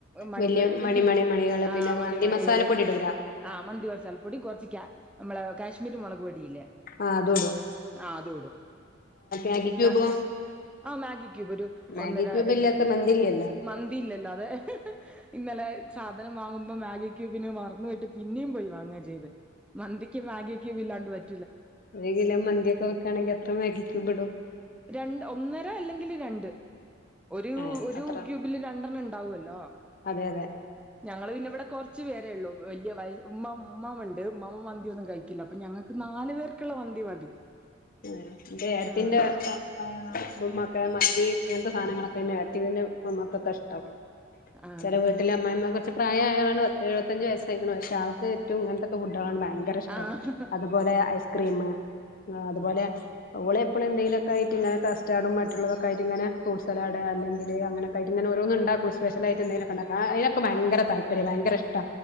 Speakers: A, in the centre; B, on the left (about 45°).
A: മണികള്
B: വല്യ മണി മണി മണികള്
A: ആ
B: പിന്നെ
A: മണി
B: മന്തി മസാലപ്പൊടി
A: കള്
B: ഇടൂല
A: ആ മന്തിമസാലപ്പൊടി കൊറച്ച് കാ നമ്മളെ കാശ്മീരി മൊളക് പൊടിയില്ലേ
B: ആഹ് അതും ഇടും
A: ആ അതുടും
B: മാഗി
A: എന്നാ
B: ക്യൂബോ
A: ആ മാഗി ക്യുബൊരു
B: മാഗി
A: ഒന്നര
B: ക്യൂബ്
A: രണ്ട്
B: ഇല്ലാത്ത മന്തി ഇല്ലല്ലോ
A: മന്തി ഇല്ലല്ലോ അതെ ഇന്നലെ സാധനം വാങ്ങുമ്പോ മാഗിക്യുബിനെ മറന്നോയിട്ട് പിന്നേം പോയി വാങ്ങാ ചെയ്തെ മന്തിക്ക് മാഗി ക്യുബ് ഇല്ലാണ്ട്പറ്റൊ
B: ഒര്കിലോ മന്തിയൊക്കെ വെക്കാ ണെങ്കി എത്ര മാഗി ക്യുബിടും
A: രണ്ട് ഒന്നര അല്ലെങ്കിൽ രണ്ട് ഒരു
B: ഏഹ്
A: ഒരു
B: അത്ര
A: ക്യൂബില് രണ്ടെണ്ണം ണ്ട് ണ്ടാവോല്ലോ
B: അതെ അതെ
A: ഞങ്ങൾ പിന്നെ ഇവിടെ കൊറച്ചു പേരേ ള്ളൂ വലിയ വയ ഉമമ്മ ഉമ്മ ഉണ്ട് ഉമ്മാ മന്തിയൊന്നും കഴിക്കില്ല അപ്പൊ ഞങ്ങൾ നാല് പേർക്ക്ള്ള മന്തി മതി
B: ഉം ന്റെ ഏടത്തിന്റെ
A: ആഹ്
B: വാ ആ <unintelligible> മന്തി അങ്ങൻത്തെ സാനങ്ങളൊക്കെന്നേ ടത്തിന്റെ മ്മക്കൊക്കെഷ്ട്ടം
A: അതെ
B: ചെല വീട്ടിലെ അമ്മായിമ്മ ച് പ്രായാളണ് പത്ത് എഴു പത്തഞ്ച് വസ്സായിക്ണ് പക്ഷെ ആൾക്ക് ഏറ്റോം ഇങ്ങൻത്തൊക്കെ ഫുഡാ ആ ഭയങ്കരിഷ്‌ടാ
A: ആഹ്
B: അതുപോലെ ഐസ്ക്രീ അതുപോലെ
A: ആഹ്
B: ഓളെപ്പളും എന്തെങ്കിലൊക്കെയിട്ട് ഇങ്ങനെ കസ്റ്റാർഡും മറ്റുള്ളതൊക്കായിട്ട് ഇങ്ങനെ ഫ്രൂട്ട്സ ലാഡ് അല്ലെങ്കില് അങ്ങനൊക്കായിട്ട്ങ്ങനെ ഓരോന്ണ്ടാക്കും സ്പെഷ്യലായിട്ടെന്തെങ്കിലും ണ്ടാക്കും അയിനൊക്കെ ഭയങ്ക താല്പര്യാ ഭയങ്കര ഇഷ്ടാ